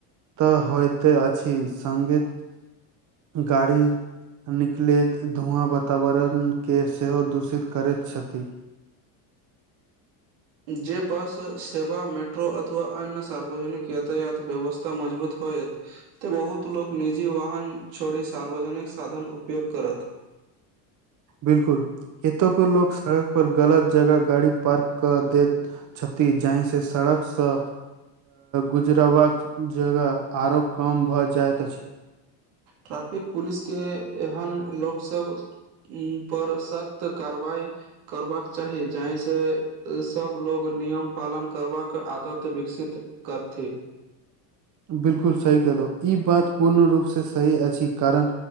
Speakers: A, on the right (about 40°); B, on the right (about 80°).
A: तऽ होयते अछि संगे गाड़ी निकलैत धुआँ वातावरणके सेहो दूषित करैत छथि
B: जे बस सेवा मेट्रो अथवा अन्य सार्वजनिक यातायात व्यवस्था मजबूत होएत त बहुत लोक निजी वाहन छोड़ी सार्वजनिक साधन उपयोग करत
A: बिल्कुल एतौके लोक सड़क पर गलत जगह गाड़ी पार्क क देत छति जाहिसँ सड़कसँ गुजरबाका जगह आरो कम भऽ जाइत अछि
B: ट्रैपिक पुलिस के एहन लोक सब उ पर सख्त कारवाई करबाक चाही जाहिसँ सब लोग नियम पालन करबाक आदत विकसित करथि
A: बिल्कुल सही केँहलु इ बात पूर्ण रूपसँ सही अछि कारण